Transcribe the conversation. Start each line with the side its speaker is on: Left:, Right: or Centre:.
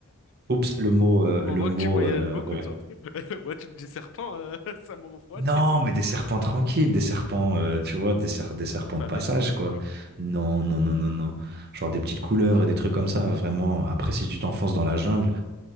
Right: Oups, le mot, euh,
Left: On
Right: le
Left: voit
Right: mot,
Left: que tu voyages
Right: euh,
Left: beaucoup,
Right: ouais.
Left: toi. <laughs> Moi, tu me dis serpent, euh, <laughs> ça me refroidit.
Right: Non, mais des serpents tranquilles, des serpents, euh, tu vois, des, ser- des serpents
Left: C'est pas
Right: de passage,
Left: venimeux
Right: quoi.
Left: ou quoi?
Right: Non, non, non, non, non. Genre des petites couleuvres et des trucs comme ça, vraiment. Après, si tu t'enfonces dans la jungle,